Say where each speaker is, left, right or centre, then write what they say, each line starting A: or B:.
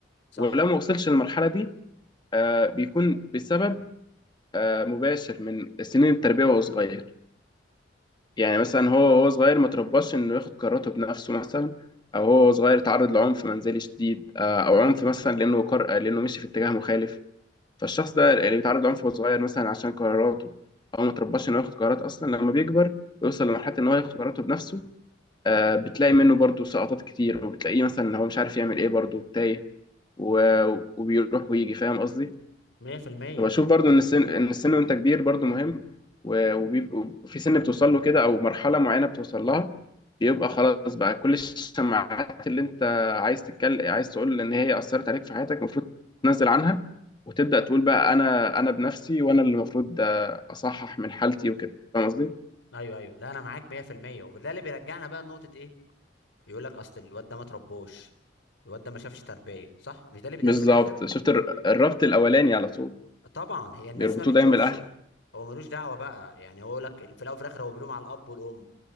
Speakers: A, on the left; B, on the left.
A: صح
B: ولو ما وصلش للمرحلة دي آه، بيكون بسبب آه، مباشر من سنين التربية وهو صغير يعني مثلا هو وهو صغير ما ترباش إنه ياخد قراراته بنفسه مثلا أو هو وهو صغير اتعرض لعنف منزلي شديد آه، أو عنف مثلا لأنه قر... آه، لأنه مشي في اتجاه مخالف فالشخص ده اللي بيتعرض لعنف وهو صغير مثلا عشان قراراته أو ما ترباش إنه ياخد قرارات أصلا لما بيكبر ويوصل لمرحلة إن هو ياخد قراراته بنفسه آه، بتلاقي منه برضه سقطات كتير وبتلاقيه مثلا إن هو مش عارف يعمل إيه برضه تايه و... وبيروح ويجي فاهم قصدي؟
A: 100%
B: وبشوف برضو ان السن ان السن وانت كبير برضو مهم و- وبيبقوا في سن بتوصل له كده او مرحله معينه بتوصل لها بيبقى خلاص بقى كل الشماعات اللي انت عايز تتكلم عايز تقول ان هي اثرت عليك في حياتك المفروض تنزل عنها وتبدا تقول بقى انا انا بنفسي وانا اللي المفروض اصحح من حالتي وكده فاهم قصدي
A: ايوه ايوه لا انا معاك 100% وده اللي بيرجعنا بقى لنقطه ايه يقول لك اصل الواد ده ما تربوش الواد ده ما شافش تربيه صح مش ده اللي بيتقال
B: بالظبط
A: في الاخر
B: شفت الر- الربط الاولاني على طول
A: طبعا هي الناس
B: بيربطوه
A: ما بتشوفش
B: دايما بالاهل
A: هو ملوش دعوه بقى يعني هو لك في الاول وفي الاخر هو بيلوم على الاب والام